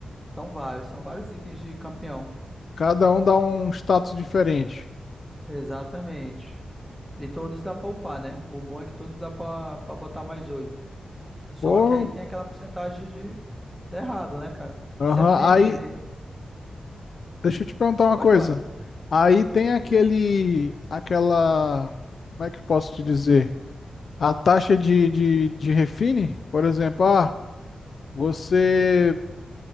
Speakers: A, in the centre; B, on the left.
A: São vários, são vários itens de campeão.
B: Cada um dá um status diferente.
A: Exatamente. E todos dá pra upar, né? O bom é que todos dá pra, pra botar mais oito. Só
B: Pô,
A: que aí tem aquela porcentagem de, de errado, né, cara?
B: aham,
A: Sempre tem aquele.
B: Deixa eu te perguntar uma
A: Pode
B: coisa.
A: falar.
B: Aí tem aquele, aquela, como é que eu posso te dizer? A taxa de, de, de refine, por exemplo, ah, você